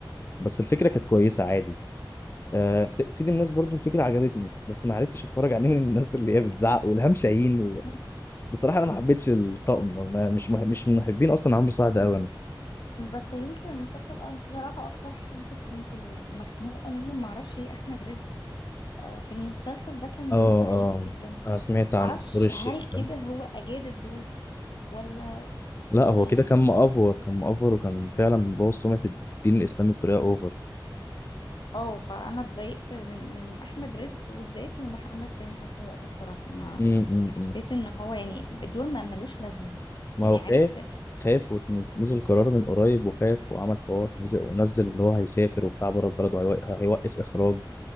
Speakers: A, on the left; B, on the left.
A: بس الفكره كانت كويسه عادي آه س- سيد الناس برضو الفكره عجبتني بس ما عرفتش اتفرج عليه من الناس اللي هي بتزعق والهام شاهين
B: مم.
A: بصراحه انا ما حبيتش الطقم ما- مش مح... مش من محبين اصلا عمرو سعد قوي انا
B: بس يمكن المسلسل اه بصراحة أكتر حد كنت م- مخنوقة منه معرفش ايه أحمد رزق آه، في المسلسل ده كان
A: اه
B: دوره سخيف
A: اه
B: جدا
A: انا سمعت عن
B: معرفش
A: نور الشريف
B: هل
A: ده.
B: كده هو أجاد الدور ولا
A: لا هو
B: يعني
A: كده كان مأفور كان مأفور وكان فعلا مبوظ سمعة الدين الإسلامي بطريقة أوفر
B: اه فأنا اتضايقت من من أحمد رزق واتضايقت من محمد سامي في نفس الوقت بصراحة ما
A: أمم، أمم،
B: حسيت
A: أمم.
B: إن هو يعني الدور ما ملوش لازمة
A: ما
B: يعني
A: هو
B: عارف
A: خايف خايف ونزل قرار من قريب وخاف وعمل حوار نزل ونزل إن هو هيسافر وبتاع بره البلد وهيوقف إخراج